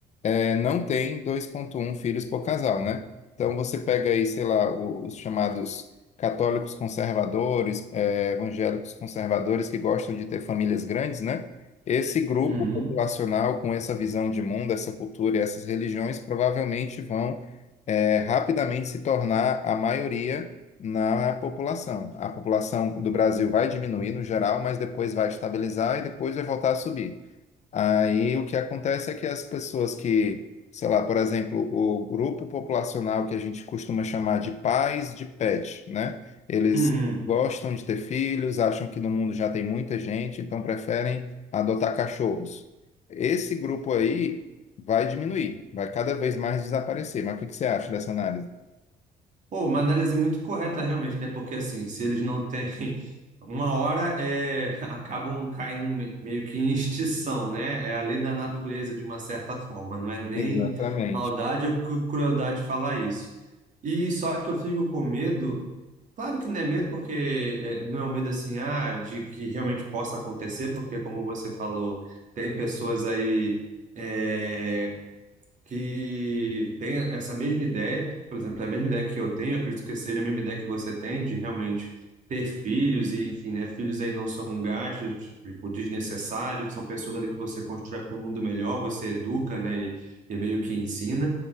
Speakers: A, on the left (about 40°); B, on the right (about 45°).
A: é, não tem 2,1 filhos por casal, né? Então você pega aí, sei lá, o- os chamados católicos conservadores, é, evangélicos conservadores que gostam de ter famílias grandes, né? Esse grupo
B: uhum,
A: populacional com essa visão de mundo, essa cultura e essas religiões provavelmente vão é, rapidamente se tornar a maioria na população. A população do Brasil vai diminuir no geral, mas depois vai estabilizar e depois vai voltar a subir. Aí o que acontece é que as pessoas que, sei lá, por exemplo, o grupo populacional que a gente costuma chamar de pais de pet, né? Eles
B: uhum.
A: não gostam de ter filhos, acham que no mundo já tem muita gente, então preferem adotar cachorros. Esse grupo aí vai diminuir, vai cada vez mais desaparecer. Mas o que que você acha dessa análise?
B: Pô, uma análise muito correta realmente, né? Porque assim, se eles não têm <laughs> uma hora, é, <laughs> acabam caindo me- meio que em extinção, né? É a lei da natureza de uma certa forma, não é nem
A: Exatamente.
B: maldade ou cru- crueldade falar isso. E só que eu fico com medo, claro que não é medo, porque é, não é um medo assim, ah, de que realmente possa acontecer, porque como você falou, tem pessoas aí é, que tem essa mesma ideia, por exemplo, é a mesma ideia que eu tenho, acredito que seja a mesma ideia que você tem de realmente ter filhos e, enfim, né, filhos aí não são gastos, tipo, desnecessários, são pessoas ali que você constrói para um mundo melhor, você educa, né, e, e meio que ensina,